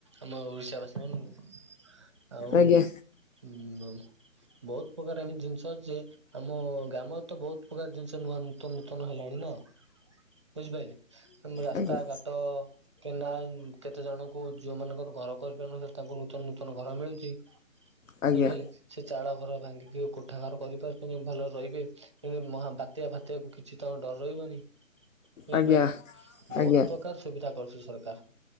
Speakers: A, on the right; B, on the left.
A: ଆମ ଓଡ଼ିଶା ବାସୀ ମାନଙ୍କୁ । ଆଉ
B: ଆଜ୍ଞା
A: । ବହୁ ବହୁତ ପ୍ରକାର ଏମିତି ଜିନିଷ ଅଛି ଯେ ପ୍ରକାର ଜିନିଷ ନୂଆ ନୂତନ ନୂତନ ହେଲାଣି ନା ବୁଝିପାରିଲେ ମ ରାସ୍ତା
B: ଆଜ୍ଞା ଆଜ୍ଞା
A: କେନାଲ କେତେ ଜଣଙ୍କୁ ଯୋଉଁ ମାନଙ୍କର ଘର କରିପାରୁନଥିଲେ ତାଙ୍କୁ ନୂତନ ନୂତନ ଘର ମିଳୁଛି ।
B: ଆଜ୍ଞା
A: ବୁଝିପାରିଲେ ସେ ଚାଳଘର ଭାଙ୍ଗି କୋଠା ଘର କରିପାରୁଚନ୍ତି ଭଲରେ ରହିବେ କିନ୍ତୁ ମହା ବାତ୍ୟା ଫତ୍ୟାକୁ କିଛି ଡର ରହିବନି । ବୁଝିପାରିଲେ
B: ଆଜ୍ଞା ଆଜ୍ଞା
A: ବହୁତ ପ୍ରକାର ସୁବିଧା କରୁଚି ସରକାର